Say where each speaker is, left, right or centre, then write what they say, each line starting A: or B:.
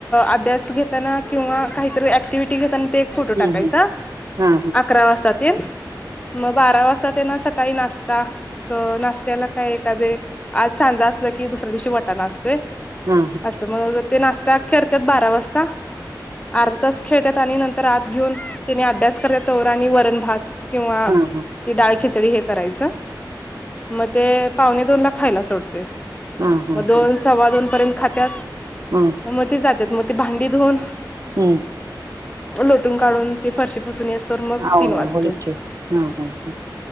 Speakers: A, on the left; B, on the right.
A: अभ्यास घेताना किंवा काहीतरी ऍक एक्टिवीटी घेताना ते एक फोटो
B: हम्म
A: टाकायचा
B: हा हा
A: अकरा वाजाता तेन मग बारा वाजता त्यांना सकाळी नाष्टा नाष्ट्याला काय आज सांजा असला की दुसऱ्या दिवशी वटाना असतोय
B: हा हा हा
A: असं मग ते नाश्ता करतात बारा वाजता अर्धा तास खेळतात आणि नंतर आत घेऊन त्याने अभ्यास करत तवर आणि वरण भात किंवा
B: हा हा हा
A: डाळ खिचडी हे करायचं मग ते पावणे दोन ला खायला सोडतेय
B: हा हा हा हा
A: मग दोन सव्वा दोन पर्यंत खात्यात
B: हम्म
A: मग ते जात्या त्यात मग ती भांडी धुवून
B: हम्म्म
A: लोटून काढून ती फरशी पुसून मग
B: हा होय
A: तीन वाजते
B: की हम हम